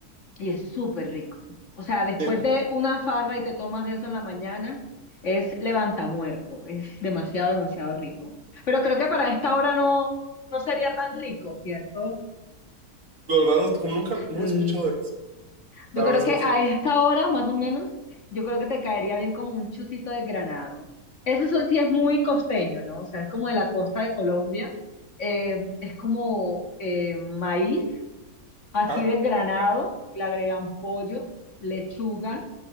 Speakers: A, on the left (about 50°); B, on the right (about 60°).
A: Y es súper rico. O sea, después
B: Eh,
A: de una farra y te tomas eso en la mañana, es levantamuerto. Es demasiado, demasiado rico. Pero creo que para esta hora no, no sería tan rico, ¿cierto?
B: La verdad, no, como nunca, no
A: Mm,
B: he escuchado de eso.
A: yo
B: La verdad
A: creo
B: es
A: que
B: que no sé.
A: a esta hora, más o menos, yo creo que te caería bien como un chucito de granado. Eso son- sí es muy costeño, ¿no? O sea, es como de la costa de Colombia. Eh, es como eh, maíz, así
B: Ajá,
A: de granado, le agregan pollo, lechuga